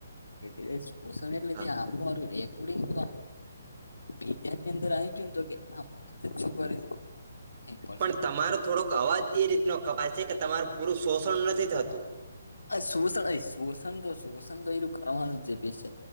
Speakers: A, on the left; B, on the right.
A: કર એ શષ એટલે
B: હા
A: આ રેખડી બીજની અંદર આવી જોય તો કે આ છોકરે પ્ર થ
B: પણ તમારો થોડોક અવાજ એ રીતનો કપાય છે કે તમારું પૂરું શોષણ નથી થતું
A: શોષણ શોષણ તો શોષણ તો એનુંું કરવાનું જ બે છે